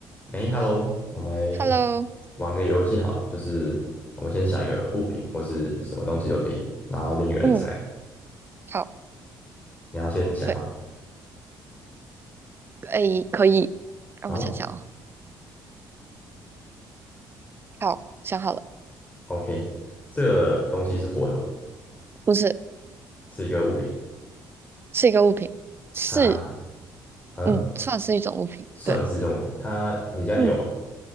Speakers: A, on the left; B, on the right.
A: 哎，Hello，我们来
B: Hello，
A: 玩个游戏好了就是我们先想一个物品或是什么东西都可以，然后另一个人猜。
B: 嗯，好，
A: 你要先想吗？
B: 可以，哎，可以，让我想想哦。
A: 然后
B: 好，想好了，
A: OK，这个东西是活的吗？
B: 不是，
A: 是一个物品，
B: 是一个物品，是，
A: 它嗯，
B: 嗯，算是一种物品。
A: 算是一种物品。
B: 对，
A: 它你家里有吗？
B: 嗯，